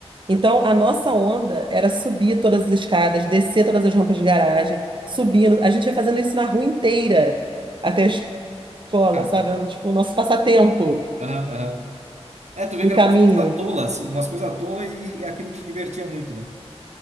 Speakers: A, on the right; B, on the right.
A: Então, a nossa onda era subir todas as escadas, descer todas as rampas de garagem, subindo. A gente ia fazendo isso na rua inteira, até a escola,
B: cara.
A: sabe? Era, tipo, o nosso passatempo
B: Aham, aham. É, tu vê
A: no
B: que eram
A: caminho.
B: umas coisas tolas, assim, umas coisas tolas e, e aquilo te divertia muito, né?